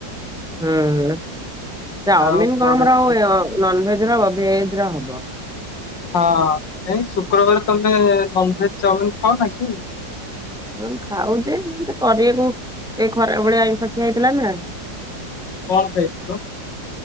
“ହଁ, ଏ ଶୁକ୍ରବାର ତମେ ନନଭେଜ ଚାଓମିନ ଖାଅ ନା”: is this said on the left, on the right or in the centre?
Left